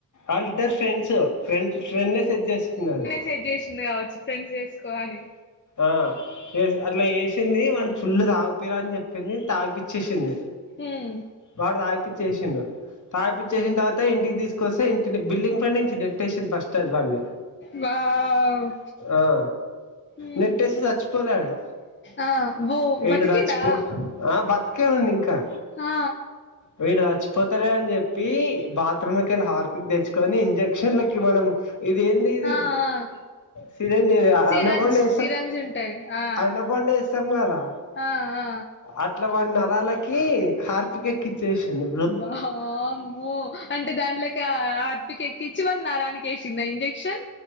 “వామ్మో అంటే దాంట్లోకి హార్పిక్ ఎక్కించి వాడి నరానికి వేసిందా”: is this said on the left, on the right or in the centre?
Left